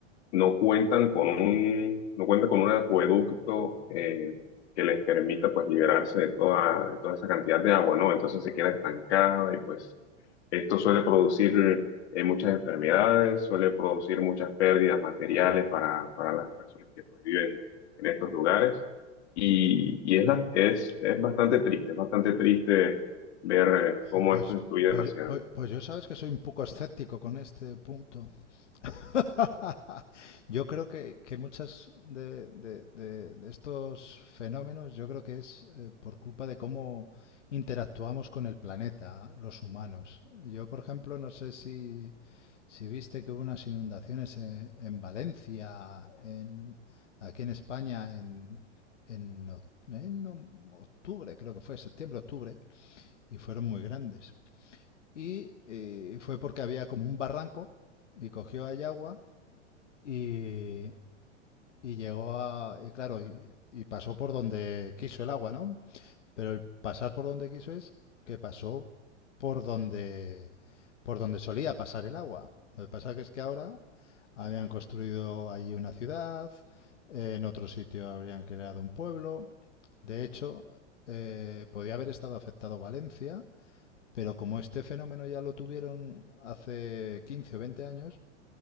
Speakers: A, on the left (about 65°); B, on the left (about 80°).
A: no cuentan con un, no cuentan con un acueducto eh, que les permita pues liberarse de toda, de toda esa cantidad de agua, ¿no? Entonces se queda estancada y pues esto suele producir eh, muchas enfermedades, suele producir muchas pérdidas materiales para, para las personas que pues, viven en estos lugares. Y, y es, la- es, es bastante triste, es bastante triste ver eh, cómo
B: Jo, pues,
A: esto influye
B: pues,
A: demasiado.
B: yo- pues, pues yo sabes que soy un poco escéptico con este punto. <laughs> Yo creo que, que muchas de, de- de- de estos fenómenos, yo creo que es eh, por culpa de cómo interactuamos con el planeta, los humanos. Yo, por ejemplo, no sé si, si viste que hubo unas inundaciones en, en Valencia, en, aquí en España, en, en oc- en octubre, creo que fue, septiembre, octubre, y fueron muy grandes. Y eh, fue porque había como un barranco y cogió ahí agua y, y llegó a... Y claro, y, y pasó por donde quiso el agua, ¿no? Pero el pasar por donde quiso es que pasó por donde, por donde solía pasar el agua. Lo que pasa que es que ahora habían construido allí una ciudad, en otro sitio habrían creado un pueblo. De hecho, eh, podía haber estado afectado Valencia, pero como este fenómeno ya lo tuvieron hace 15 o 20 años,